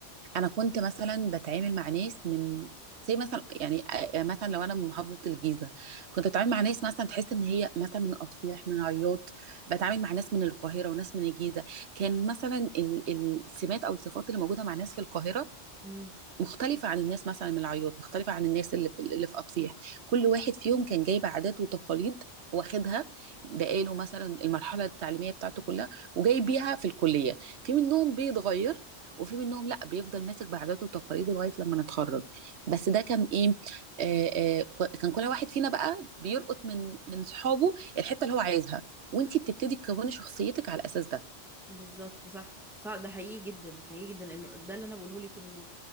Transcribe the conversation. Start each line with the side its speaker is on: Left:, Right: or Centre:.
Right: انا كنت مثلا بتعامل مع ناس من زي مثلا يعني آه، مثلا لو انا من محافظه الجيزه كنت بتعامل مع ناس مثلا تحس ان هي مثلا من اطفيح من عياط بتعامل مع ناس من القاهره وناس من الجيزه كان مثلا ال- السمات او الصفات اللي موجوده مع ناس في القاهره
Centre: امم
Right: مختلفة عن الناس مثلا من العياط مختلفة عن الناس اللي في اللي في أطفيح كل واحد فيهم كان جايب عادات وتقاليد واخدها بقاله مثلا المرحلة التعليمية بتاعته كلها وجاي بيها في الكلية في منهم بيتغير وفي منهم لا بيفضل ماسك بعاداته وتقاليده لغاية لما نتخرج بس ده كان ايه آه آه ك- كان كل واحد فينا بقى بيلقط من من صحابه الحتة اللي هو عايزها وانتي بتبتدي تكوني شخصيتك على الاساس ده
Centre: بالظبط صح صح ده حقيقي جدا حقيقي جدا انه ده اللي انا بقوله لك انه